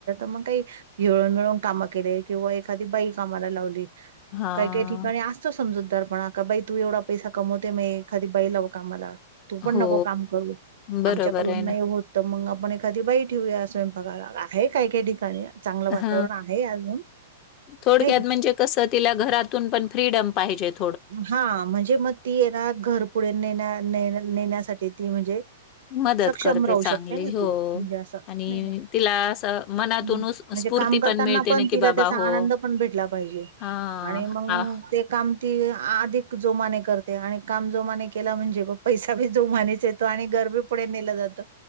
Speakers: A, on the right; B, on the left.
A: मग काही हिळून मिळून काम केले किंवा एखादी बाई कामाला लावली-
B: हां.
A: काही काही ठिकाणी असत- आसतो समजूदारपणा का बाई तू एवढा पैसा कमवते मग एखादी बाई लाऊ कामाला- तू पण
B: हो.
A: नको काम करू
B: बरोबर
A: आमच्याकडून
B: आहे ना.
A: नाही होत- तर मग आपण एखादी बाई ठेऊया स्वयंपाकाला आहे काय काय ठिकाणी- चांगलं वातावरण
B: ह
A: आहे अजून
B: थोडक्यात
A: नाही का?
B: म्हणजे कसं तिला घरातून पण फ्रीडम पाहिजेत.
A: हा म्हणजे मग ती ये ना घर पुुढे नेण्या ने नेण्यासाठी ती म्हणजे-
B: मदत
A: सक्षम
B: करते
A: राहू
B: चांगली
A: शकते ना
B: हो.
A: ती म्हणजे असं
B: आणि
A: नाही का
B: तिला असं मनातून
A: हम्-
B: उस
A: म्हणजे
B: स्फूर्ती
A: काम करताना
B: मिळते
A: पण
B: ना, की
A: तिला
B: बाबा
A: त्याचा
B: हो
A: आनंद पण भेटला पाहिजे
B: हां,
A: आणि मग
B: आ
A: ते- काम ती अधिक जोमाने करते आणि काम जोमाने केला म्हणजे पैसा बी जोमाने- येतो आणि घरबी पुढे नेलं जात